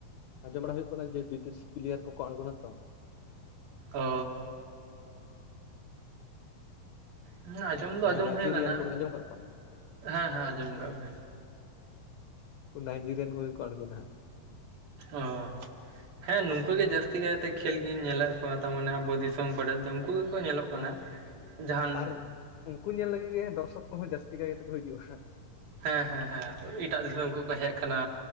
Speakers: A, on the left; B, on the right.
A: ᱟᱸᱡᱚᱢ ᱵᱟᱲᱟ ᱦᱩᱭᱩᱜ ᱠᱟᱱᱟ ᱡᱮ ᱵᱤᱫᱮᱥᱤ ᱯᱞᱤᱭᱟᱨ ᱠᱚᱠᱚ ᱟᱬᱜᱚᱱᱟ ᱛᱚ᱾
B: ᱚᱻ, ᱦᱮᱸ ᱟᱸᱡ ᱡᱚᱢ ᱫᱚ
A: ᱡᱟᱦᱟᱸᱭ
B: ᱟᱸᱡᱚᱢ
A: ᱱᱟᱭᱡᱮᱨᱤᱭᱟᱱ
B: ᱦᱩᱭ ᱟᱠᱟᱱᱟ,
A: ᱠᱚᱵᱮᱱ ᱟᱸᱡᱚᱢ ᱟᱠᱟᱫ ᱠᱚᱣᱟ
B: ᱦᱮᱸ ᱦᱮᱸ ᱟᱸᱡᱚᱢ-ᱟ ᱠᱟᱜ ᱵᱤᱱ᱾
A: ᱱᱟᱭᱡᱮᱨᱤᱭᱟᱱ ᱠᱚ ᱜᱮ ᱠᱚ ᱟᱲᱜᱳᱱᱟ ᱦᱟᱸᱜ᱾
B: ᱚ ᱦᱮᱸ ᱱᱩᱠᱩ ᱜᱮ ᱡᱟᱹᱥᱛᱤ ᱠᱟᱭᱛᱮ ᱠᱷᱮᱞ ᱜᱤᱧ ᱧᱮᱞᱮᱫ ᱠᱚᱣᱟ ᱛᱟᱢᱚᱱᱮ ᱟᱵᱚ ᱫᱤᱥᱚᱢ ᱠᱚᱨᱮ ᱫᱚ ᱩᱱᱠᱩ ᱜᱮᱠᱚ ᱧᱮᱞᱚᱜ ᱠᱟᱱᱟ᱾
A: ᱚ
B: ᱡᱟᱦᱟᱱ
A: ᱟᱨ ᱩᱱᱠᱩ ᱧᱮᱞ ᱞᱟᱹᱜᱤᱫ ᱜᱮ ᱫᱚᱨᱥᱚᱠ ᱠᱚ ᱦᱚᱸ ᱡᱟᱹᱥᱛᱤ ᱠᱟᱭᱛᱮᱠᱚ ᱦᱤᱡᱩᱜᱼᱟ᱾
B: ᱦᱮᱸ ᱦᱮᱸ ᱦᱮᱸ ᱮᱴᱟᱜ ᱫᱤᱥᱚᱢ ᱠᱚᱠᱚ ᱦᱮᱜ ᱠᱟᱱᱟ᱾